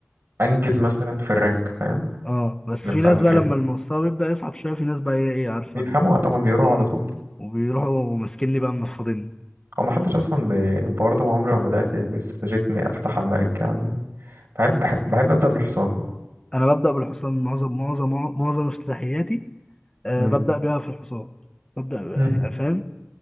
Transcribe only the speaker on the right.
انجز مثلا في الرانك فاهم
اللي
بتاع
من
كده
بيفهموها
طبعا بيقروها
على طول
هو محدش اصلا ب- برضه عمري ما بدات باستراتيجيه اني افتح على الملك يعني بحب بحب, بحب ابدا بالحصان
مم.
مم.